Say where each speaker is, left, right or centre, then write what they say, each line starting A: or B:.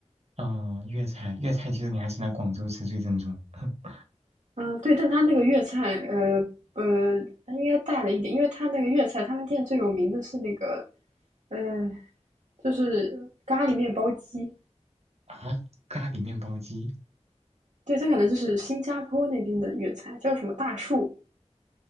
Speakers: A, on the right; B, on the right.
A: 哦，粤菜，粤菜其实你还是来广州吃最正宗。<laughs>
B: 嗯，对，但他那个粤菜，呃呃，他应该带了一点，因为他那个粤菜，他们店最有名的是那个，呃，就是咖喱面包鸡。
A: 啊，咖喱面包机，
B: 对，他可能就是新加坡那边的粤菜，叫什么大树